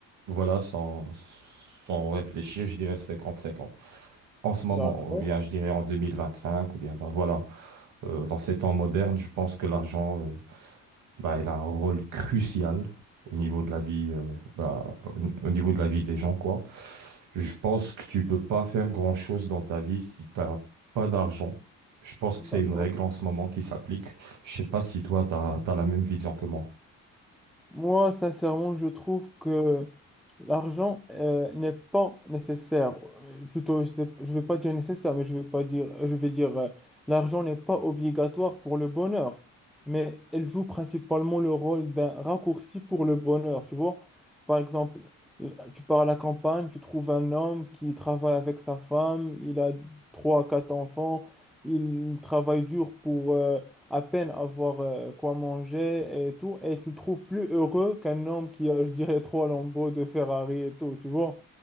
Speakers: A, on the right; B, in the centre.
A: voilà, sans, sans réfléchir, je dirais cinquante cinquante. En ce moment,
B: D'accord.
A: ou bien je dirais en 2025, ou bien, bah, voilà, Euh, dans ces temps modernes, je pense que l'argent, euh, bah, il a un rôle crucial au niveau de la vie, euh, bah, au au niveau de la vie des gens, quoi. Je pense que tu peux pas faire grand-chose dans ta vie si t'as pas d'argent. Je pense que
B: D'accord.
A: c'est une règle en ce moment qui s'applique. Je sais pas si toi, t'as, t'as la même vision que moi.
B: Moi, sincèrement, je trouve que l'argent euh, n'est pas nécessaire. Euh, Plutôt, je ne vais pas dire nécessaire, mais je vais pas dire, euh, je vais dire euh, l'argent n'est pas obligatoire pour le bonheur, mais elle joue principalement le rôle d'un raccourci pour le bonheur. Tu vois, par exemple, l- tu pars à la campagne, tu trouves un homme qui travaille avec sa femme, il a trois, quatre enfants, il travaille dur pour euh, à peine avoir euh, quoi manger et tout, et tu le trouves plus heureux qu'un homme qui a, je dirais, trois lambeaux de Ferrari et tout, tu vois.